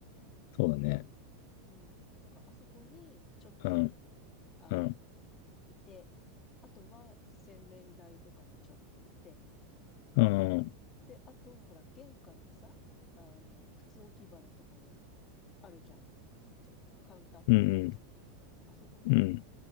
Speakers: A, on the left; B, on the left.
A: そうだね。
B: うん。だから、あそこに、ちょっと、
A: うん
B: あの、
A: うん。
B: いて、あとは洗面台とかにちょっといて、
A: うん。
B: で、あと、ほら、玄関のさ、あの、靴置き場のとこの、あるじゃん。ちょっとカウンターっぽくなっちゃってるとこ。
A: うん。う
B: あそこに、
A: ん。うん